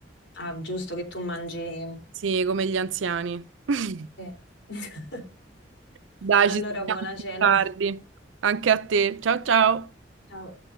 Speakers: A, on the left (about 75°); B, on the right (about 80°).
A: Ah, giusto che tu mangi.
B: Sì, come gli anziani. <laughs>
A: Sì. <laughs>
B: Dai,
A: Allora,
B: ci sentiamo
A: buona
B: più
A: cena.
B: tardi. Anche a te. Ciao ciao.
A: Ciao.